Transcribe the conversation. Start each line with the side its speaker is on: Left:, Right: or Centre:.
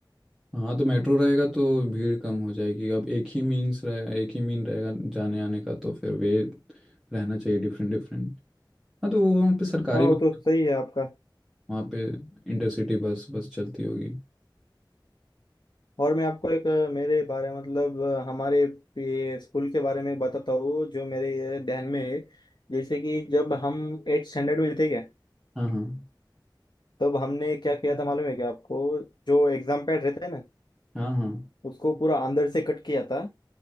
Centre: हाँ तो मेट्रो रहेगा तो भीड़ कम हो जाएगी अब एक ही मीन्स रहे एक ही मीन रहेगा जाने आने का तो फिर वे रहना चाहिए डिफरेंट डिफरेंट हाँ तो वो वहाँ पे सरकारी
Left: हाँ
Centre: बस
Left: वो तो सही है आपका
Centre: वहाँ पे इंटरसिटी बस बस चलती होगी
Left: और मैं आपको एक अ, मेरे बारे मतलब अ, हमारे ये स्कूल के बारे में बताता हूँ जो मेरे ये ध्यान में है जैसे कि जब हम एट स्टैंडर्ड में थे क्या
Centre: हाँ हाँ
Left: तब हमने क्या किया था मालूम है क्या आपको जो एग्जाम पैड रहता है ना
Centre: हाँ हाँ
Left: उसको पूरा अंदर से कट किया था